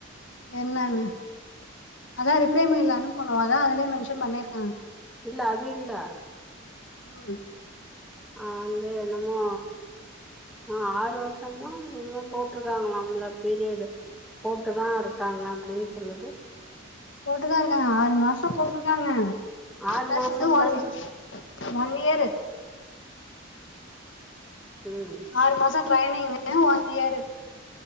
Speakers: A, on the left; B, in the centre.
A: என்னான்னு அதா ரிப்ளே மெயில் அனுப்பனு அதா அதுலயே மென்ஷன் பண்ணிருக்காங்க
B: இல்ல அது இல்ல
A: ம்
B: அ வந்து என்னமோ ஆ ஆறு வருஷமோ என்னமோ போட்டிருக்காங்களாம்ள ப்பீரியடு போட்டு தா இருக்காங்க அப்டின்னு சொல்லுது
A: போட்டுதா இருக்காங்க ஆறு மாசோ போட்ருக்காங்க
B: ஆறு
A: பேசந்து
B: மாசம் இல்லன்னு
A: வாழு ஒன் இயரு
B: ம்
A: ஆறு மாசோ ட்ரைனிங் ஒன் இயரு